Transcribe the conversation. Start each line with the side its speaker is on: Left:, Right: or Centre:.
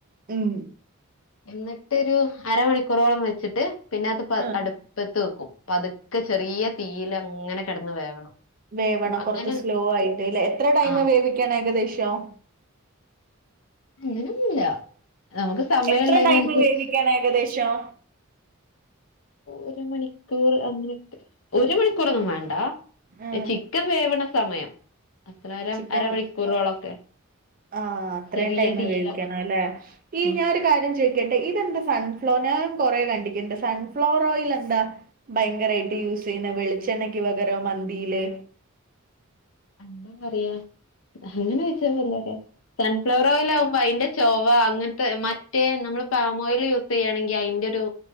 Right: ഉം
Left: എന്നിട്ടൊരു അരമണിക്കൂറോളം വെച്ചിട്ട് പിന്നെ അത് പ
Right: ആഹ്
Left: അടുപ്പത്ത് വെക്കും പതുക്കെ ചെറിയ തീൽ അങ്ങനെ കിടന്ന് വേവണം
Right: വേവണം
Left: അങ്ങനെ
Right: കൊറച്ച് സ്ലോ ആയിട്ട് ഇല്ലേ എത്ര ടൈം
Left: ആഹ്
Right: വേവിക്കണം ഏകദേശം
Left: അങ്ങനൊന്നുല്ല നമുക്ക് സമയം
Right: എത്ര
Left: ഉള്ളതിനനുസരിച്ച്
Right: ടൈം വേവിക്കണം ഏകദേശം
Left: ഒരു മണിക്കൂർ അങ്ങനെക്കെ ഒരു മണിക്കൂർന്നും വേണ്ട
Right: ഉം
Left: എഹ് ചിക്കൻ വേവണ സമയം. അത്ര അര
Right: ച്ചിക്കൻ
Left: അരമണിക്കൂറോളൊക്കെ
Right: ആഹ് അത്രയും
Left: ചെറിയ
Right: ടൈം
Left: തീയില
Right: വേവിക്കണല്ലേ ഈ
Left: ഉം
Right: ഞാ ഒരു കാര്യം ചോയ്ക്കട്ടെ ഇതെന്താ സൺഫ്ലവർ ഞാൻ കൊറേ കണ്ടിക്കണ്ട് സൺഫ്ലവർ ഓയിൽ എന്താ? ഭയങ്കരയിട്ട് യൂസ് ചെയ്യുന്ന വെളിച്ചെണ്ണക്ക് വകരം മന്തിയില്?
Left: എന്തന്നറിയ അയ്ന് <unintelligible> അറിയാ സൺഫ്ലവർ ഓയിലാകുമ്പോ അയിന്റെ ചൊവ അങ്ങനത്തെ മറ്റേ നമ്മള് പാം ഓയിൽ യൂസെയ്യാണെങ്കി അയ്ന്റെ ഒരു